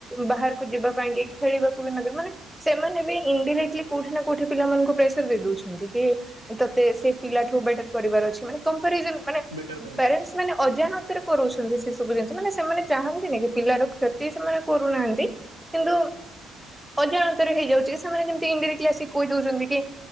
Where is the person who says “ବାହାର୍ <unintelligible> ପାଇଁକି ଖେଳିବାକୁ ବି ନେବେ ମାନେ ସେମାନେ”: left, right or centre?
Centre